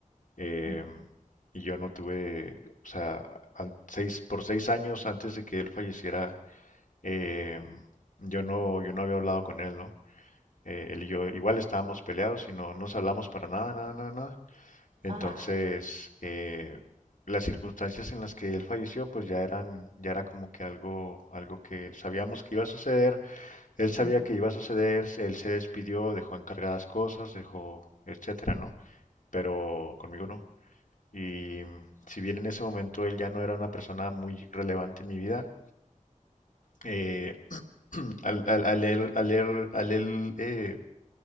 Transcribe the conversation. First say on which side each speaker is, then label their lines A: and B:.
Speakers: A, on the left (about 80°); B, on the right (about 75°).
A: em,
B: ajá,
A: y yo no tuve, o sea, an- seis, por seis años antes de que él falleciera, em, yo no, yo no había hablado con él, ¿no? Eh, él y yo igual estábamos peleados y no nos hablamos para nada, nada, nada, nada. Entonces,
B: ajá,
A: eh, las circunstancias en las que él falleció, pues ya eran, ya era como que algo, algo que sabíamos que iba a suceder él sabía
B: sí.
A: que iba a suceder, él se despidió, dejó encargadas cosas, dejó, etcétera, ¿no? Pero conmigo no. Y mm, si bien en ese momento él ya no era una persona muy relevante en mi vida, eh, <clears throat> al, al- al él, al él- al él, eh,